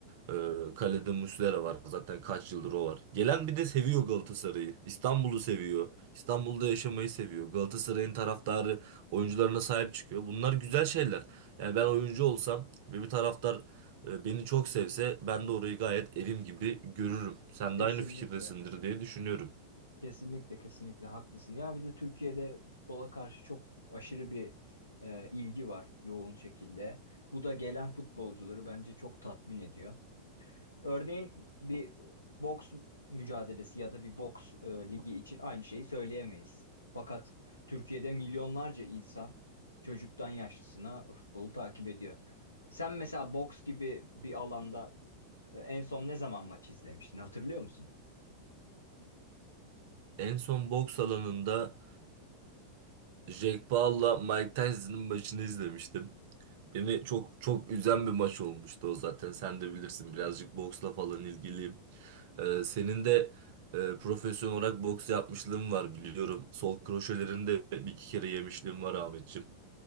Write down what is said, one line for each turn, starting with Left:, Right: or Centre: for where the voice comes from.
Right: Ee, kalede Muslera var. Zaten kaç yıldır o var. Gelen bir de seviyor Galatasaray'ı. İstanbul'u seviyor. İstanbul'da yaşamayı seviyor. Galatasaray'ın taraftarı oyuncularına sahip çıkıyor. Bunlar güzel şeyler. Yani ben oyuncu olsam ve bir taraftar e, beni çok sevse ben de orayı gayet evim gibi görürüm. Sen
Left: kesinlikle,
Right: de aynı fikirdesindir diye düşünüyorum.
Left: kesinlikle, kesinlikle haklısın. Ya bir de Türkiye'de futbola karşı çok aşırı bir e, ilgi var yoğun şekilde. Bu da gelen futbolcuları bence çok tatmin ediyor. Örneğin bir boks mücadelesi ya da bir boks e, ligi için aynı şeyi söyleyemeyiz. Fakat Türkiye'de milyonlarca insan çocuktan yaşlısına futbolu takip ediyor. Sen mesela boks gibi bir alanda e, en son ne zaman maç izlemiştin hatırlıyor musun?
Right: En son boks alanında e, Jack Paul'la Mike Tyson'ın maçını izlemiştim. Beni çok çok üzen bir maç olmuştu o zaten. Sen de bilirsin birazcık boksla falan ilgiliyim. Ee, senin de e, profesyonel olarak boks yapmışlığın var biliyorum. Sol kroşelerini de bir iki kere yemişliğin var Ahmetciğim.